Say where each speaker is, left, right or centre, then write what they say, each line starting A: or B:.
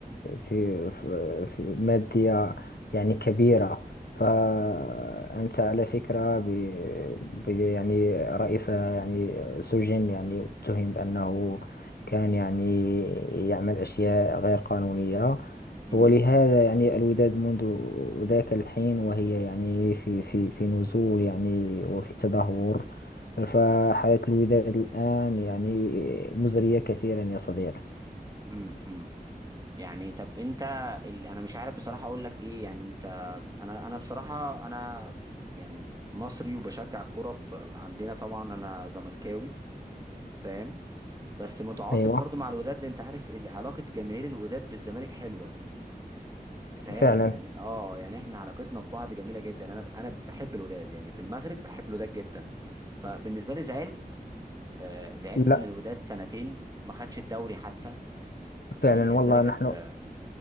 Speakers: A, on the left (about 85°); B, on the right (about 25°).
A: في, في, في مادية يعني كبيرة فأنت على فكرة ب ب- يعني رئيسها يعني سجن يعني اتهم بأنه كان يعني يعمل أشياء غير قانونية
B: امم
A: ولهذا يعني الوداد منذ ذاك الحين وهي يعني في في في نزول يعني وفي تدهور فحياة الوداد الآن يعني مزرية كثيرا يا صديقي
B: امم امم يعني طب انت ال... انا مش عارف بصراحة اقول لك ايه يعني انت انا انا بصراحة انا يعني مصري وبشجع الكوره في... عندنا طبعا انا زملكاوي فاهم بس متعاطف
A: أيوة
B: برضو مع الوداد لان انت عارف ال- علاقه جماهير الوداد بالزمالك حلوه بتهيألي
A: فعلا
B: يعني اه يعني احنا علاقتنا ببعض جميله جدا انا ب- انا بحب الوداد يعني في المغرب بحب الوداد جدا فبالنسبه لي زعلت آه زعلت
A: لا
B: ان الوداد سنتين ما خدش الدوري حتى فدي
A: فعلا
B: بالنسبه
A: والله
B: لي كانت
A: نحن
B: آه،